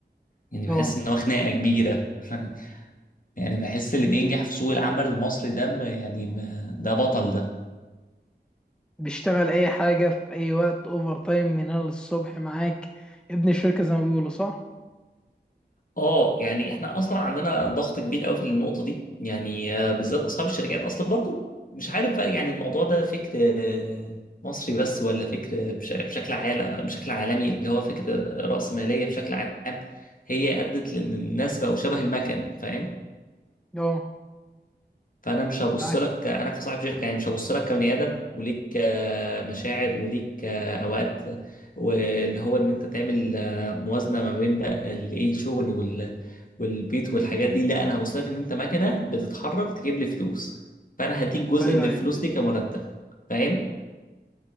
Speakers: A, on the left; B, in the centre.
A: يعني
B: اه
A: بحس ان هو خناقة كبيرة <laughs> يعني بحس اللي بينجح في سوق العمل المصري ده ب- يعني ب- ده بطل ده
B: بيشتغل اي حاجة في اي وقت اوفر تايم من هنا للصبح معاك ابن الشركة زي ما بيقولوا صح؟
A: اه يعني احنا اصلا عندنا ضغط كبير قوي في النقطه دي يعني آه، بالذات اصحاب الشركات اصلا برضو مش عارف بقى يعني الموضوع ده فكر آه، مصري بس ولا فكر بش- بشكل عالم بشكل عالمي اللي هو فكره رأسماليه بشكل عام هي ادت لان الناس بقوا شبه المكن فاهم
B: اه
A: فانا مش هبص
B: معاك
A: لك انا كصاحب شركه يعني مش هبص لك كبني ادم وليك آه، مشاعر وليك آه، اوقات واللي هو ان انت تعمل آه، موازنه ما بين بقى ال- ايه الشغل وال والبيت والحاجات دي لا انا هبص لك ان انت مكنه بتتحرك تجيب لي فلوس فانا هديك جزء
B: ايوه
A: من الفلوس
B: ايوه
A: دي كمرتب فاهم